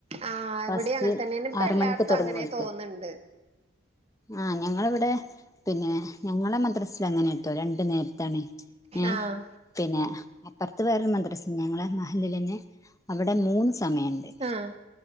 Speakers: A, on the right; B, on the left.
A: ആഹ്
B: ഫസ്റ്റ്
A: എവിടെ അങ്ങന് തന്നെയണ് ഇപ്പ
B: ആറ്
A: എല്ലാട്ത്തും
B: മണിക്ക് തുടങ്ങും
A: അങ്ങനെ
B: ഓൽക്ക്
A: തോന്ന്ണ്ട്.
B: ആഹ് ഞങ്ങളവിടെ പിന്നെ ഞങ്ങളെ മദ്രസ്ൽ അങ്ങനെട്ടോ രണ്ട് നേരത്താണ്. ഏ
A: ആഹ്
B: പിന്നെ അപ്പറത്ത് വേറെരു മദ്രസ് ഞങ്ങള മഹല്ലിൽന്നെ അവിടെ മൂന്ന്. സമയണ്ട്
A: ആഹ്